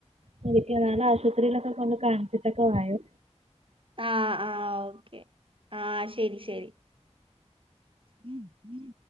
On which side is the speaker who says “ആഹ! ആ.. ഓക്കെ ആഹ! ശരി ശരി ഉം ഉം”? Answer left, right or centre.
Right